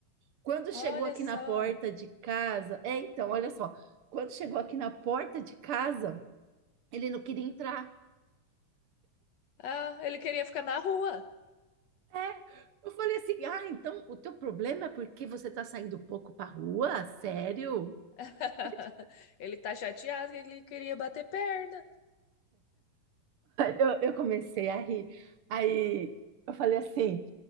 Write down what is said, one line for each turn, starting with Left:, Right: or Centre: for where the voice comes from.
Right: Quando
Left: olha
Right: chegou aqui
Left: só.
Right: na porta de casa, é, então, olha só. Quando chegou aqui na porta de casa, Ele não queria entrar.
Left: Ah, ele queria ficar na rua.
Right: É. Eu falei assim: ah, então o teu problema é porque você tá saindo pouco pra rua? Sério?
Left: <laughs>
Right: <laughs>
Left: Ele tá chateado que ele queria bater perna.
Right: Eu, eu comecei a rir. Aí eu falei assim,